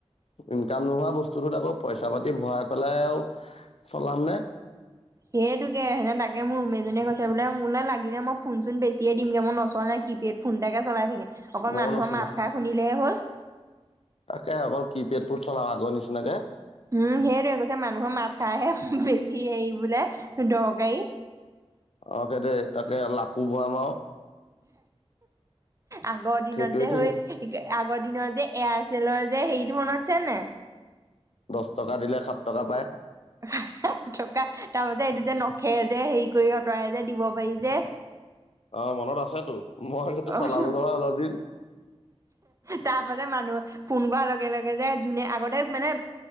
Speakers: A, on the left; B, on the right.
A: ইনকাম নোহোৱা বস্তুটোত আকৌ। পইচা পাতি ভৰাই পেলাই আৰুও চলাম নে।
B: সেইটোকে সেনে তাকে মোৰ ৰোমমেট জনীয়ে কৈছে বোলে মোৰ নে লাগিলে মই ফোন চোন বেছিয়ে দিমগে মই নচ নাই। কিপেড ফোন এটাকো চলাই থাকে অকল
A: ময়ো
B: মানুহৰ
A: নচলাম
B: মাত খাৰ শুিনিলেহে হ'ল।
A: তাকে অকল কি পেডবোৰ চলাও আগৰ নিচিনাকে।
B: উম সেইটোৱে কৈছে মানুহৰ মাত খাৰহে বেছি হে বোলে দৰকাৰী।
A: অ সেইটোৱে তাকে লাপু ভৰাম আৰু
B: আগৰ দিনত
A: সেইটোৱে
B: যে হৈ।
A: ঠিক আছে
B: আগৰ দিনৰ যে এয়াৰচেলৰ যে হেৰিটো মনত আছেনে নে নাই?
A: দহ টকা দিলে সাত টকা পায়।
B: <inaudible> থকা তাৰপাছ এইটো যে নখে যে হেৰি কৰি আঁতৰাই যে দিব পাৰি যে?
A: অ', মনত আছেতো মই সেইটো
B: অ
A: চলালো নহয় অলপ দিন।
B: তাৰ পাছ মানুহ ফোন কৰাৰ লগে লগে যে যোনে আগতে মানে